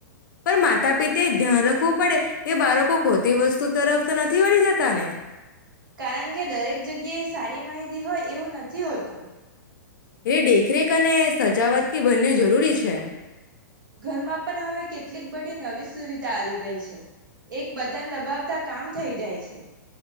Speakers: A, on the left; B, on the right.
A: પણ માતા પિતે ધ્યાન રાખવું પડે. એ બાળકો ખોટી વસ્તુ તરફ તો નથી વળી જતા ને.
B: કારણ કે દરેક જગ્યા એ સારી માહિતી હોય એવું નથી હોતું.
A: એ દેખરેખ અને. સજાવટથી બંને જરૂરી છે.
B: ઘરમાં પણ હવે કેટલીક બધી નવી સુવિધા આવી ગઈ છે એક બટન દબાવતા કામ થઈ જાય છે.